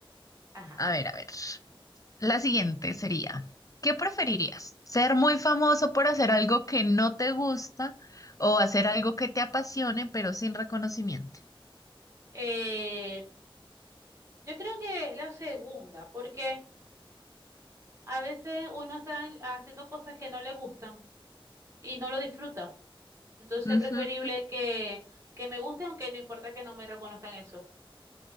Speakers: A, on the right; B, on the left.
A: Ajá.
B: A ver, a ver. La siguiente sería, ¿qué preferirías? ¿Ser muy famoso por hacer algo que no te gusta o hacer algo que te apasione pero sin reconocimiento?
A: Eh, yo creo que la segunda, porque A veces uno está haciendo cosas que no le gustan y no lo disfruta. Entonces
B: Ujú.
A: es preferible que, que me guste, aunque no importa que no me reconozcan eso.